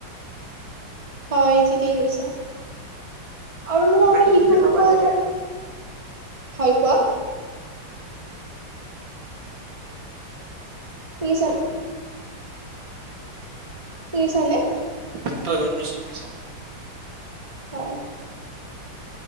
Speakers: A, on the right; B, on the right.
A: হয়, ঠিকেই কৈছা। আৰু মানে
B: বাকী
A: আমি শিশুসকল
B: তুমি ভাবানে
A: <inaudible> হয়, কোৱা। <inaudible> শুনিছানে?
B: <inaudible>
A: <unintelligible>